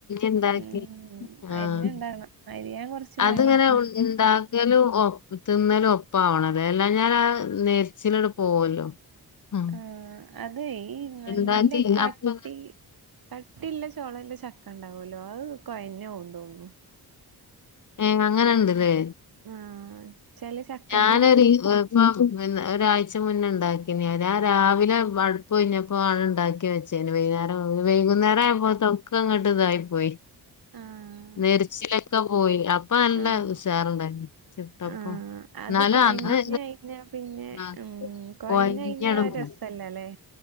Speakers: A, on the left; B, on the right.
A: എന്താക്കി
B: ഉം അരിഞ്ഞുണ്ടാക്കണം
A: ആഹ്
B: അരിയാൻ കൊറച്ച്
A: അത്ങ്ങനെ
B: പണിയാ
A: ഉ ണ്ടാ ക്കലും ഓപ് തിന്നലും ഒപ്പവണം അല്ലാഞ്ഞാൽ ആ നെറിച്ചിൽ പോവല്ലോ. ഉം
B: ആഹ് അതെ ഈ നല്ല
A: ഇണ്ടാക്കി
B: കട്ടി
A: അപ്പ
B: കട്ടില്ല ചൊളല്ല ചക്കണ്ട ലോ അത് കൊഴഞ്ഞോവും തോന്നുന്നു
A: ഏഹ് അങ്ങനെണ്ട് ല്ലേ
B: ആഹ് ചെല ചക്കന്റെ
A: ഞാനറി ഇപ്പ ഒരാഴ്ച മുന്നേണ്ടാക്കി ആ രാവിലെ അടുപൊഴിഞ്ഞപ്പോ ആണ ഉണ്ടാക്കി വെച്ച ചെയ്ൻ വൈനാ വൈകുന്നേര ആയപ്പോ തൊക്ക അങ്ങോട്ട് ഇതായി പോയി
B: ആഹ്
A: നെരിച്ചിലൊക്കെ പോയി അപ്പ നല്ല
B: ആഹ്
A: ഉഷാറുണ്ടായി ചിട്ടപ്പ
B: ആഹ് അത്
A: എന്നാലും
B: കൊഴഞ്ഞ്
A: അന്ന്
B: കഴിഞ്ഞാ പിന്നെ
A: ആ
B: ഉം കൊഴഞ്ഞ്
A: കോയഞാങ്ങാട്
B: കഴിഞ്ഞാ
A: പോയി
B: രസല്ലല്ലേ